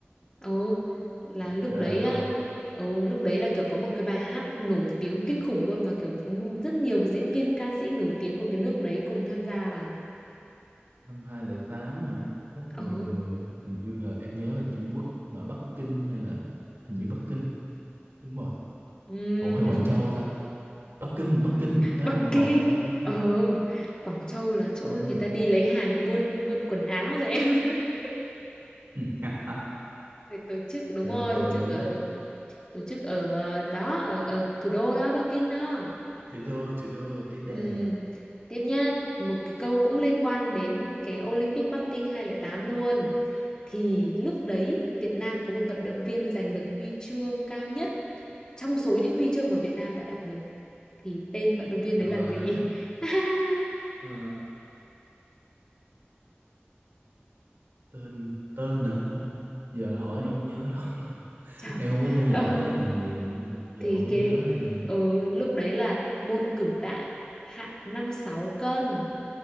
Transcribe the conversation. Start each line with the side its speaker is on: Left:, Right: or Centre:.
Left: ồ, là
Right: diễn
Left: lúc
Right: ra
Left: đấy
Right: ở đâu?
Left: á, ồ, lúc đấy là kiểu có một cái bài hát nổi tiếng kinh khủng luôn và kiểu rất nhiều diễn viên ca sĩ nổi tiếng của cái nước đấy cùng tham gia vào.
Right: Năm hai không không tám hả? Rất nhiều
Left: Ồ.
Right: người, hả? hình như là em nhớ là Trung Quốc mà Bắc Kinh hay là hình như Bắc Kinh, đúng rồi.
Left: ừm,
Right: Ủa hay
Left: <laughs>
Right: Quảng Châu ta? Bắc Kinh, Bắc Kinh, thế
Left: Bắc
Right: vận hội
Left: Kinh.
Right: là phải là Bắc Kinh.
Left: Ồ, Quảng Châu là chỗ
Right: Ừm,
Left: người ta đi lấy hàng buôn buôn quần áo rồi em. <laughs>
Right: <laughs>
Left: Thì tổ chức đúng
Right: Thế
Left: rồi
Right: là tôi
Left: tổ chức
Right: đúng.
Left: ở tổ chức ở ờ, đó ở, ở thủ đô đó Bắc Kinh đó
Right: Thủ đô, thủ đô, tiếp
Left: Ừm.
Right: đề.
Left: tiếp nha một cái câu cũng liên quan đến cái Olympic Bắc Kinh 2008 luôn thì lúc đấy Việt Nam có một vận động viên giành được huy chương cao nhất trong số những huy chương mà Việt Nam đã đạt được thì tên vận động viên
Right: Bye
Left: đấy là
Right: bye.
Left: gì <laughs>
Right: Ờ, tên tên nữa không giờ hỏi
Left: ừ,
Right: đâu có nhớ đâu <laughs>
Left: trời
Right: em không có theo dõi
Left: ừ,
Right: mấy cái này nhiều nên giờ
Left: thì
Right: không có
Left: cái
Right: nhớ đây nè
Left: ừ, lúc đấy là môn cử tạ hạng năm sáu cân